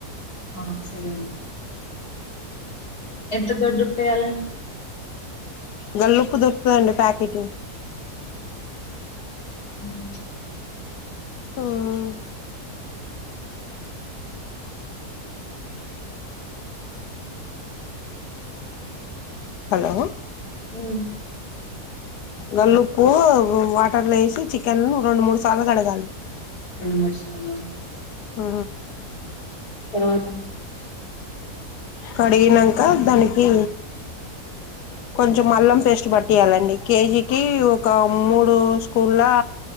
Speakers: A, on the left (about 65°); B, on the left (about 90°).
A: ఆ సరే అండి ఎంత దొడ్డు ఉప్పవేయాలండి
B: గల్లుప్పు దొరుకుతదండి ప్యాకెటు
A: హ్మ్
B: హ్మ్ మ్మ్ హలో
A: హ్మ్
B: గల్లుప్పు వాటర్లొ వేసి చికెన్ ను రెండు మూడు సార్లు కడగాలి
A: ఎన్ని మసాల లు
B: ఆ
A: తర్వాత
B: కడిగినాక దానికి కొంచెం అల్లం పేస్ట్ పట్టియ్యాలండి కేజీకి ఒక మూడు స్పున్ల